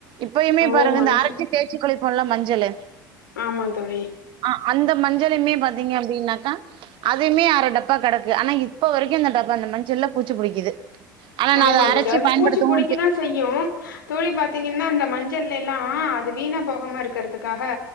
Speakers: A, on the right (about 50°); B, on the left (about 75°).
A: இப்பயுமே
B: ஓ
A: பாருங்க
B: மஞ்சள்
A: இந்த அரச்சி தேச்சிக் குளிப்போம்ல மஞ்சளு
B: ஆமா தோழி
A: ஆ அந்த மஞ்சளையுமே பாத்தீங்க அப்டின்னாக்கா அதுமெ அர டப்பா கெடக்கு ஆனா இப்ப வரைக்கு இந்த டப்பா அந்த மஞ்சல்ல பூச்சு புடிக்குது ஆனா நா
B: ஆமாந்த
A: அத அரைச்சி
B: அது
A: பயன்படுத்தவு
B: பூச்சி புடிக்க தா செய்யு தோழி பாத்தீங்கனா அந்த மஞ்சள் எல்லா அது வீணா போகாம இருக்கிறதுக்காக